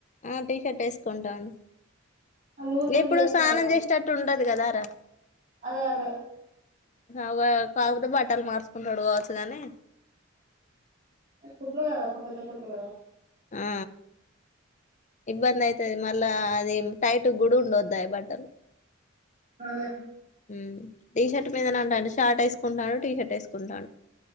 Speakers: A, on the left; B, on the right.
A: ఆ టీ షర్ట్ వేసుకుంటాండు
B: లూజ్ లూజ్
A: ఇప్పుడు
B: వేసుకుంటాను
A: స్నానం
B: కావచ్చు
A: చేసేనట్టు ఉండదు కదా రా
B: అదే అదే
A: అవ్ అ కాకపోతే బట్టలు మార్చుకుంటాడు కావచ్చు గానీ
B: కుట్లు కదా అక్క పెద్ద కుట్లు గదా
A: ఆ ఇబ్బంది అయితది మళ్ళా అది టైట్ గుడా ఉండొద్దాయి బట్టలు
B: అదే
A: హ టీషర్ట్ మీదనా ఉండే అన్ని షార్ట్ వేసుకుంటాండు టీ షర్ట్ వేసుకుంటాండు